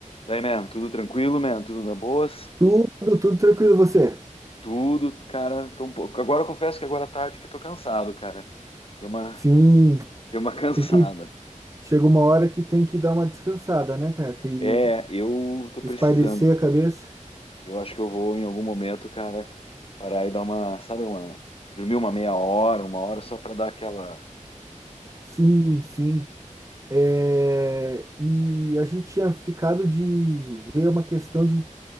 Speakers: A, on the left (about 45°); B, on the right (about 25°).
A: Daí, man, tudo tranquilo, man, tudo na boas,
B: Tudo, tudo tranquilo, você?
A: tudo, cara, tô um pouco. Agora eu confesso que agora à tarde que tô cansado, cara. Deu uma,
B: Sim,
A: deu uma <laughs> cansada.
B: tem que. Chega uma hora que tem que dar uma descansada, né, cara? Tem
A: É,
B: que
A: eu tô precisando.
B: espairecer a cabeça.
A: Eu acho que eu vou em algum momento, cara, parar e dar uma, sabe, uma, dormir uma meia hora, uma hora só pra dar aquela.
B: Sim, sim. É, E a gente tinha ficado de ver uma questão de